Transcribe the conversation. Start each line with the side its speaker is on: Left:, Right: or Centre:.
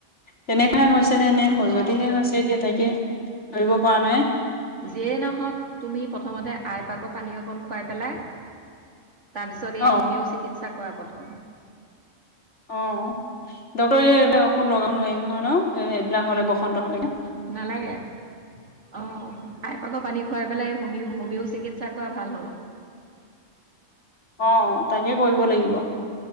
Left: তেনেকুৱাই হৈছে। নে এনে সখজুতিহে
Right: অ
Left: হৈছে এতিয়া তাকে ধৰিব পৰা নাই।
Right: যিয়েই নহওক তুমি প্ৰথমতে আই পাক পানী অকণ খুৱাই পেলাই তাৰপিছত
Left: অ
Right: এই হোমিও চিকিৎসা কৰা প্ৰথম
Left: অহ, <unintelligible> লগাও নোৱাৰিম নহয় ন সেইবিলাক হ'লে বসন্ত হ'লেগে
Right: নালাগে অ', আই পাক পানী খুৱাই পেলাই হোমিও হোমিও চিকিৎসা কৰা ভাল হ'ব।
Left: অ', তাকে কৰিব লাগিব